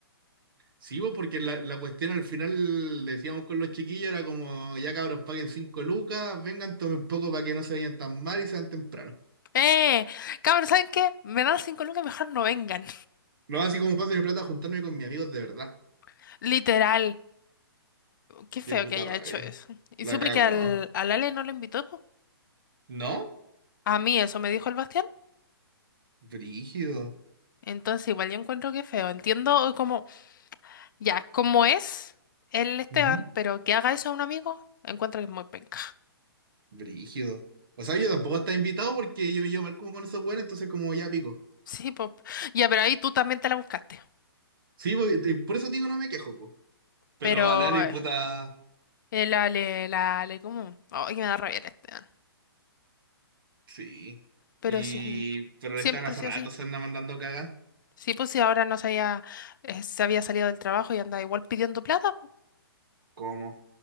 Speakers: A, on the right; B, on the left.
A: Sí, vos, porque la, la cuestión al final, decíamos con los chiquillos, era como, ya cabros, paguen cinco lucas, vengan, tomen poco para que no se vayan tan mal y sean temprano.
B: ¡Eh! Cabrón, ¿saben qué? Me dan cinco lucas, mejor no vengan.
A: No, así como paso mi plata a juntarme con mis amigos de verdad.
B: <laughs> Literal. Qué feo
A: Qué puta
B: que haya
A: rabia.
B: hecho eso. Y
A: La
B: supe
A: cago,
B: que al,
A: ¿ah?
B: al Ale no lo invitó, po.
A: ¿No?
B: A mí eso me dijo el Bastián.
A: Brígido.
B: Entonces igual yo encuentro que feo. Entiendo como ya, cómo es el Esteban,
A: Ujú,
B: pero que haga eso a un amigo, encuentro que es muy penca.
A: Brígido. O sea, yo tampoco estaba invitado porque yo me llevo mal como con esos buenos, entonces como ya pico.
B: Sí, pues. Ya, pero ahí tú también te la buscaste.
A: Sí, voy- te- por eso digo, no me quejo, po. Pero
B: Pero
A: a Lale,
B: eh,
A: puta,
B: el Ale, el Ale, como Ay, me da rabia el Esteban.
A: sí.
B: Pero
A: Y...
B: sí,
A: Pero
B: siempre
A: le están hace
B: sí
A: rato,
B: o sí.
A: se anda mandando cagas.
B: Sí, pues si ahora no se había, eh, se había salido del trabajo y andaba igual pidiendo plata.
A: ¿Cómo?